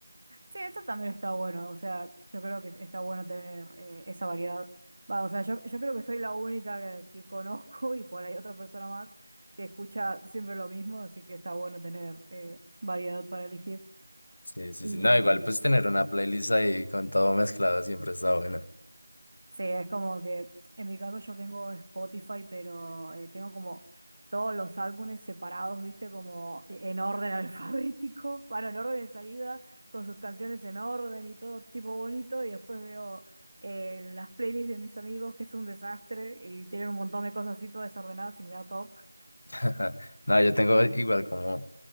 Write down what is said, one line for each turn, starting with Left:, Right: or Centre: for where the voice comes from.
Right: Sí, eso también está bueno. O sea, yo creo que está bueno tener eh, esa variedad. Va, o sea, yo, yo creo que soy la única que, que conozco <laughs> y por ahí otra persona más que escucha siempre lo mismo, así que está bueno tener eh, variedad para elegir.
Left: Sí, sí,
Right: y
Left: sí. No, igual pues tener una playlist ahí con todo mezclado siempre está bueno.
Right: Sí, es como que en mi caso yo tengo Spotify, pero eh, tengo como todos los álbumes separados, viste, como e- en orden alfabético, <laughs> bueno, en orden de salida, con sus canciones en orden y todo tipo bonito, y después veo eh, las playlists de mis amigos, que es un desastre, y tienen un montón de cosas así todas desordenadas y me da toc.
Left: <laughs> No, yo tengo igual como